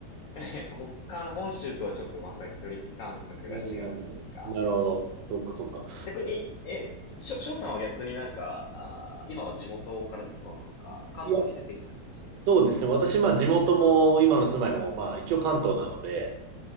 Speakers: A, on the left; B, on the right.
A: ええ、他の本州とはちょっとまた距離感覚が違うというか、
B: うん、なるほど。そっかそっか。
A: 逆に、え、しょ、しょうさんは逆になんか、あー、今は地元からずっとなのか、関東に出てきた感じなのか。
B: いや、そうですね。私、まあ地元も今の住まいも、まあ一応関東なので、